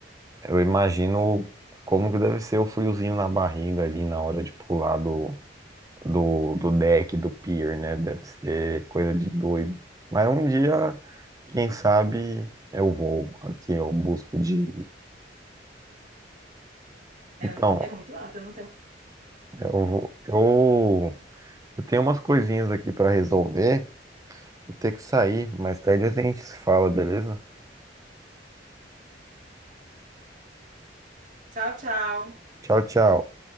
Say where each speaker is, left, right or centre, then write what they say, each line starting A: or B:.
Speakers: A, on the right; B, on the right.
A: eu imagino como que deve ser o friozinho na barriga ali na hora de pular do, do, do deck, do pier, né? Deve ser coisa de doido. Mas um dia, quem sabe, eu vou. Aqui, eu busco de. Então,
B: É, é muito alto, eu não tenho.
A: eu vou. Eu. Eu tenho umas coisinhas aqui pra resolver. Vou ter que sair. Mais tarde a gente se fala, beleza?
B: Tchau, tchau.
A: Tchau, tchau.